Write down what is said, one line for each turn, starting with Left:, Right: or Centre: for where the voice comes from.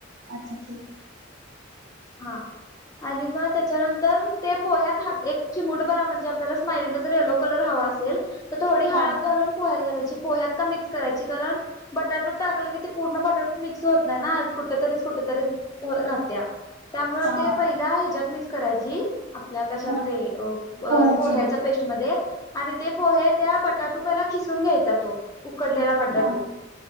Right: अच्छा ठीक आहे.
Left: हा आणि मग त्याच्यानंतर ते पोह्यात हा-एक चिमुड बर म्हणजे तुला स्मायलीला जर येलो कलर हवा असेल तर थोडी
Right: हा
Left: हळद घालून पोह्यात घालायची, पोह्यात का मिक्स करायची कारण बटाटूत टाकलं की ते पूर्ण बटाटूत मिक्स होत नाही ना कुठ तरीच कुठ तरी वर राहत्या. त्यामुळं
Right: हा
Left: ते पहिला ह्याच्यात मिक्स करायची. आपल्या कशात
Right: हा
Left: ते
Right: पोह्याचे
Left: पोह्याच्यात पेस्ट मध्ये आणि ते पोहे त्या बटाटू पहिला खिसून घ्यायचा तो. उकडलेला बटाटू.
Right: हा